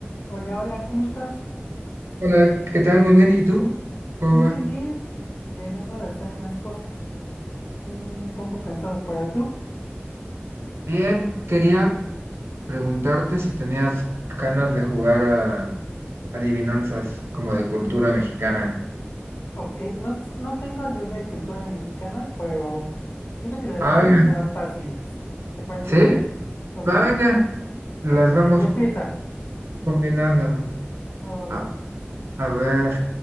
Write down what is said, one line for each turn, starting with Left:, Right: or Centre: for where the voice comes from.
Left: Hola, hola, ¿cómo estás?
Right: Hola, ¿qué tal? Muy bien. ¿Y tú? ¿Cómo
Left: Bien,
Right: va?
Left: bien, bien. Llegando de hacer unas cosas. Un poco cansado, para tú.
Right: Bien, quería preguntarte si tenías ganas de jugar a adivinanzas como de cultura mexicana.
Left: Ok, no, no tengo yo de cultura mexicana, pero siento que las
Right: Ah,
Left: mías
Right: venga.
Left: son fáciles. ¿Te parece
Right: ¿Sí?
Left: bien? Ok,
Right: Va, venga. Las
Left: a
Right: vamos
Left: ver, empiezas.
Right: combinando.
Left: Va, va,
Right: A,
Left: va.
Right: a ver,